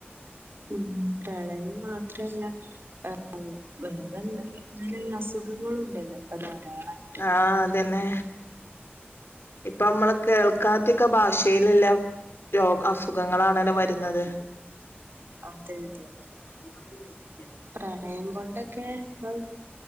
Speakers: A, on the right; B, on the left.
A: ഉം പ്രളയം മാത്രല്ല ആ വേറെ ഇങ്ങന അസുഖങ്ങളും ഉണ്ടല്ലോ ഇപ്പൊ ധാരാളമായിട്ട
B: ആഹ് അതെന്നെ ഇപ്പ അമ്മള് കേൾക്കാത്തിയൊക്കെ ഭാഷയില്ല്ല രോ അസുഖങ്ങളാണലൊ വര്ന്നത്.
A: അതെൻന്താ.
B: <unintelligible>
A: പ്രണയം കൊണ്ടൊക്കെ. അഹ്